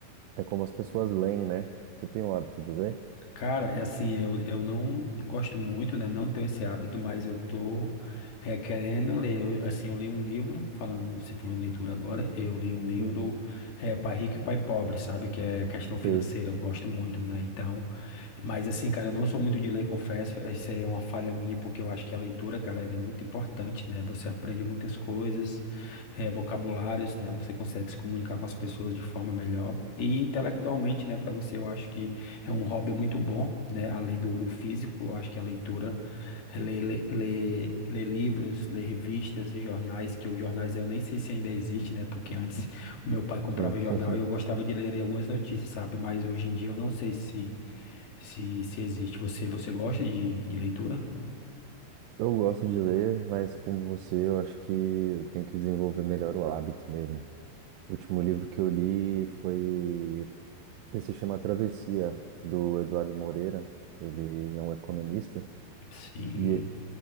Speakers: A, on the right (about 75°); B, on the left (about 60°).
A: é como as pessoas leem, né? Você tem o hábito de ler?
B: cara, é assim, eu, eu não gosto muito, né? Não tenho esse hábito, mas eu tô requerendo ler. Eu, assim, eu li um livro, falando, você falou em leitura agora, eu li um livro,
A: Uhum.
B: é, Pai Rico e Pai Pobre, sabe? Que é questão financeira,
A: Sei,
B: eu gosto muito, né? Então, mas assim, cara, eu não sou muito de ler, confesso, isso aí é uma falha minha, porque eu acho que a leitura, cara, ela é muito importante, né? Você aprende muitas coisas, é, vocabulários, né? Você consegue se comunicar com as pessoas de forma melhor. E intelectualmente, né, para você, eu acho que É um hobby muito bom, né? Além do, do físico, eu acho que a leitura, é, ler, ler, ler, ler livros, ler revistas, jornais, que os jornais eu nem sei se ainda existe, né? Porque antes o meu pai comprava
A: sim.
B: jornal e eu
A: <laughs>
B: gostava de ler ali algumas notícias, sabe? Mas hoje em dia eu não sei se se, se existe. Você, você gosta de, de leitura?
A: Eu gosto de ler, mas como você, eu acho que tem que desenvolver melhor o hábito mesmo. O último livro que eu li foi. Ele se chama Travessia, do Eduardo Moreira. Ele é um economista
B: Sim.
A: e,